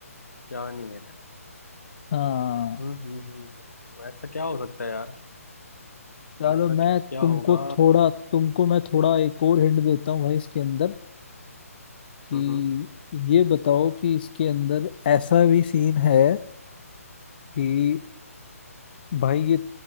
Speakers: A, on the left; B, on the left.
A: क्या नहीं है
B: हाँ
A: हम्म हम्म हम्म, हम्म, ऐसा क्या हो सकता है यार
B: चलो
A: ऐसा
B: मैं
A: क्या
B: तुमको
A: होगा
B: थोड़ा तुमको मैं थोड़ा एक और हिंट देता हूँ भाई इसके अंदर कि
A: हम्म हम्म
B: ये बताओ कि इसके अंदर ऐसा भी सीन है कि भाई ये